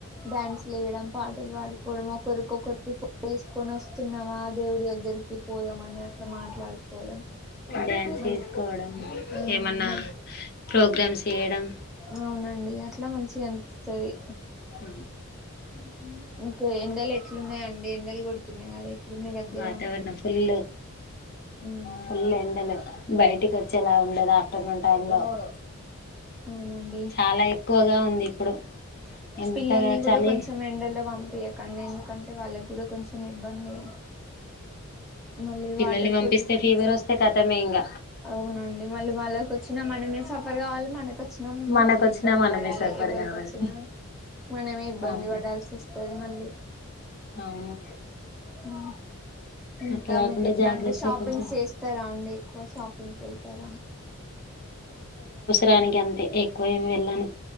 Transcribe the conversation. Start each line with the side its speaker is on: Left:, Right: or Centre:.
Centre: డ్యాన్స్ లు వేయడం పాటలు పాడుకోవడం ఒకరికొకరికి ఫో వేసుకొని వస్తున్నావా దేవుడి దగ్గరికి పోదాం అని అట్లా మాట్లాడుకోవడం
Left: డ్యాన్స్
Centre: మం
Left: వేసుకోవడం
Centre: ఆ
Left: ఏమన్నా
Centre: మం
Left: ప్రోగ్రామ్స్ చేయడం
Centre: అవునండి అట్ల ఇట్లా మంచిగా అనిపిస్తది
Left: ఊ
Centre: అరె <unintelligible> ఇంకా ఎండలు ఎట్లున్నాయండి ఎండలు కొడుతున్నాయి కదా ఇప్పుడు మీ దగ్గర
Left: వాతావరణం ఫుల్
Centre: ఉమ్
Left: ఫుల్ ఎండలు బయటి కొస్ చ్చేలా ఉండదు ఆఫ్టర్నూన్ టైం లో కొ
Centre: అవునండి
Left: చాలా ఎక్కువగా ఉంది ఇప్పుడు ఎంతగా
Centre: పిల్లల్ని కూడా
Left: చలి
Centre: కొంచెం ఎండల్లో వంపీయకండి ఎందుకంటే వాళ్ళకి కూడా కొంచెం ఇబ్బంది మళ్ళీ
Left: పిల్లల్ని
Centre: వాటర్
Left: పంపిస్తే
Centre: ఫుడ్ కూడా
Left: ఫీవర్ వస్తే కథమే ఇంగ
Centre: అవునండి మళ్ళీ వాళ్ళకొచ్చిన మనమే సఫర్ కావాలి మనకు చ్చినా
Left: మనకు
Centre: వాళ్ళే
Left: వచ్చినా
Centre: ఇబ్బంది
Left: మనమే
Centre: పడాలి
Left: సఫర్
Centre: ఎవరికి
Left: కావాలి
Centre: వచ్చినా మనమే ఇబ్బంది
Left: అవును
Centre: పడాల్సి వస్తది మళ్ళీ
Left: అవును
Centre: ఆ ఇంకా
Left: అట్లా కాకుండా
Centre: మీకు ఎట్లా
Left: జాగ్రత్త
Centre: అండి షాపింగ్
Left: కొంచెం
Centre: చేస్తారా అండి ఎక్కువ షాపింగ్ కెళ్తారా
Left: రానికి అంతే ఎక్కువ ఏమి వెళ్ళను